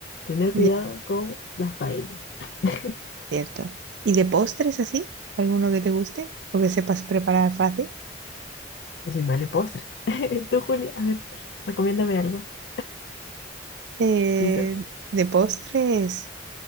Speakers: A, on the left; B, on the right.
A: Tener
B: ya,
A: cuidado con las paellas. <laughs>
B: cierto. ¿Y de postres así? ¿Alguno que te guste o que sepas preparar fácil?
A: Yo soy mal en postres. <laughs> Tú, Julia, a ver, recomiéndame algo,
B: Eh,
A: quizás.
B: de postres.